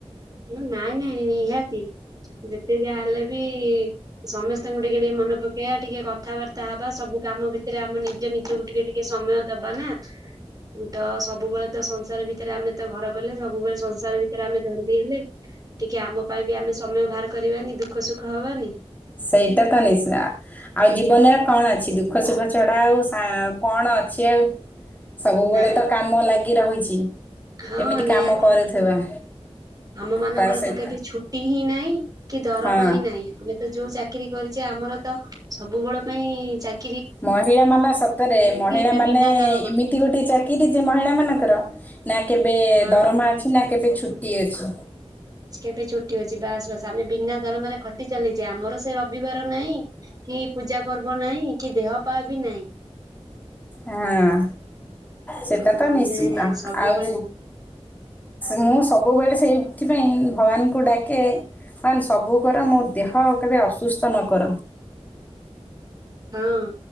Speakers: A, on the right (about 35°); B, on the left (about 15°).
A: ନାଇଁ ନାଇଁ ନିହାତି। ଯେତେ ଯାହା ହେଲେ ବି ସମେସ୍ତଙ୍କୁ ଟିକେ ଟିକେ ମନେ ପକେଇବା ଟିକେ କଥାବାର୍ତ୍ତା ହବା ସବୁ କାମ ଭିତରେ ସେଥିରେ ଆମେ ଆମ ନିଜ ନିଜକୁ ଟିକେ ଟିକେ ସମୟ ଦବା ନା? ତ ସବୁବେଳେ ତ ସଂସାର ଭିତରେ ଆମେ ତ ଘର କଲେ ସବୁବେଳେ ସଂସାର ଭିତରେ ଆମେ ଧରି ଟିକେ ଆମ ପାଇଁ ବି ଆମେ ସମୟ ବାହାର କରିବାନି ଦୁଃଖ ସୁଖ ହବାନି
B: ସେଇଟା ତ ନିଶି ନା? ଆଉ ଜୀବନରେ କଣ ଅଛି ଦୁଃଖ ସୁଖ ଛଡ଼ା ଆଉ ହଁ କଣ ଅଛି ଆଉ? ସବୁବେଳେ
A: ନାଇଁ
B: ତ କାମ ଲାଗି ରହିଚି।
A: ହଁ
B: ଏମିତି
A: ନିହାତି
B: କାମ କରୁଥିବା।
A: ଆମ ମାନଙ୍କର
B: ତା ସହିତ
A: ତ କେବେ ଛୁଟି ହିଁ ନାହିଁ କି ଦରମା
B: ହଁ
A: ହିଁ ନାହିଁ ଆମେ ଯୋଉ ଚାକିରୀ କରିଚେ ଆମର ତ ସବୁବେଳ ପାଇଁ ଚାକିରି।
B: ମହିଳା ମାନେ ସତରେ ମହିଳା
A: ନା
B: ମାନେ
A: ବିନା ଦରମା
B: ଏମିତି ଗୋଟେ ଚାକିରି ଯେ ମହିଳା ମାନଙ୍କର ନା କେବେ
A: ହଁ
B: ଦରମା ଅଛି ନା କେବେ ଛୁଟି ଅଛି?
A: କେବେ ଛୁଟି ଅଛି। ବାସ୍ ବାସ୍ ଆମେ ବିନା ଦରମାରେ ଖଟି ଚାଲିଚେ ଆମର ସେ ରବିବାର ନାହିଁ। କି ପୂଜା ପର୍ବ ନାହିଁ କି ଦେହ ପା ବି ନାହିଁ।
B: ହଁ ସେଟା
A: ଆଉ
B: ତ
A: ଆମେ
B: ନିଶ୍ଚିତ
A: ସବୁବେଳେ
B: ଆଉ ମୁଁ ସବୁବେଳେ ସେଇଥିପାଇଁ ଭଗବାନଙ୍କୁ ଡାକେ ବାନ୍ ସବୁ କର ମୋ ଦେହ କେବେ ଅସୁସ୍ଥ ନ କର।
A: ହୁଁ।